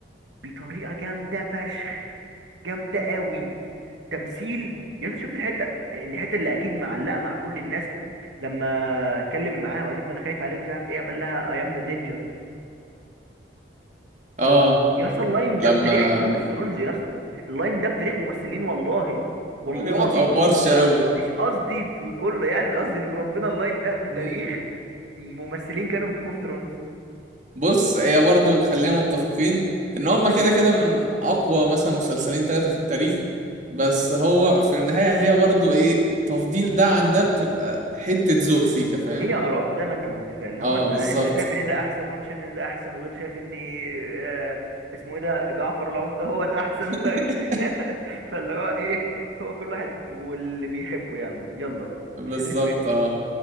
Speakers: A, on the right (about 80°); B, on the right (about 40°).
A: بطريقه جامده فشخ جامده قوي تمثيل يا أخي شفت الحته الحته اللي اكيد معلقه مع كل الناس لما اتكلم معاها وقالت له انا خايف عليه ومش عارف ايه قال لها اي ام ذا دينجر
B: اه
A: يا اسطى اللاين ده
B: لما
A: بتاريخ جيم اوف ثرونز يا اسطى اللاين ده بتاريخ ممثلين والله والله
B: الراجل ما تقورش قوي
A: مش قصدي كله يعني أنا قصدي ان ربنا اللاين ده بتاريخ
B: امم
A: ممثلين كانوا في جيم اوف ثرونز
B: بص هي برضو خلينا متفقين ان هما كده كده من اقوى مثلا مسلسلين ثلاثة في التاريخ بس هو في النهاية هي برضو ايه تفضيل ده عن ده بتبقى حتة ذوق سيكا فاهم
A: هي اراء زي ما انت ما قلت فعلا
B: اه
A: هو انت
B: بالظبط
A: انت شايف ان ده احسن وانا شايف ان ده احسن وغير شايف ان آه، اسمه ايه ده جعفر العمدة هو الاحسن
B: <laughs>
A: فاهم <laughs> فاللي هو ايه هو كل واحد واللي بيحبه يلا يلا بقى
B: بالظبط
A: مش هتفرق
B: اه